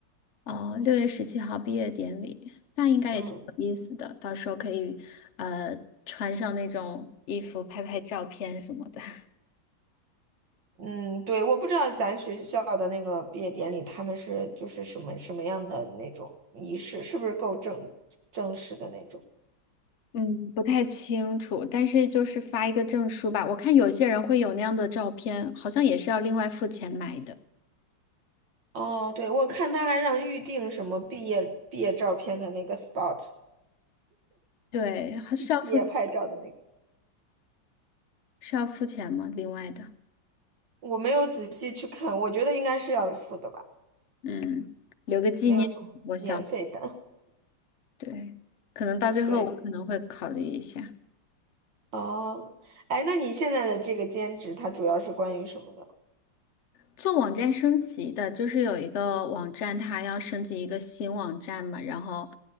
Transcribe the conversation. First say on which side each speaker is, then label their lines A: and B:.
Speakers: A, on the left (about 55°); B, on the right (about 70°).
A: 哦，六月十七号毕业典礼，那应该也挺有意思的。
B: 嗯
A: 到时候可以，呃，穿上那种衣服拍拍照片什么的。<laughs>
B: 嗯，对，我不知道咱学校的那个毕业典礼，他们是就是什么什么样的那种仪式，是不是够正正式的那种？
A: 嗯，不太清楚，但是就是发一个证书吧。我看有些人会有那样的照片，好像也是要另外付钱买的。
B: 哦，对，我看他还让预定什么毕业毕业照片的那个 spot，
A: 对，还是要付，
B: 毕业拍照的那个，
A: 是要付钱吗？另外的，
B: 我没有仔细去看，我觉得应该是要付的吧，
A: 嗯，留个纪念，
B: 没有什么免费的。
A: 我想，对，可能到最后我可能会考虑一下。
B: <laughs> 对，哦，哎，那你现在的这个兼职，它主要是关于什么的？
A: 做网站升级的，就是有一个网站，它要升级一个新网站嘛，然后，